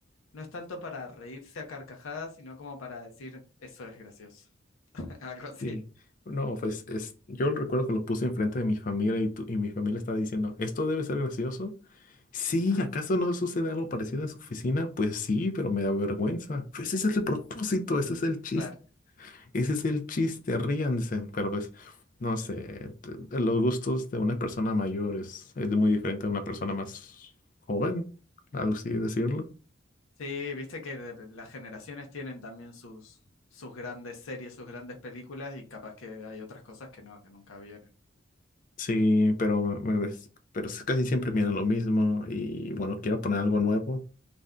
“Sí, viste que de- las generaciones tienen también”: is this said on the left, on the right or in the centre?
Left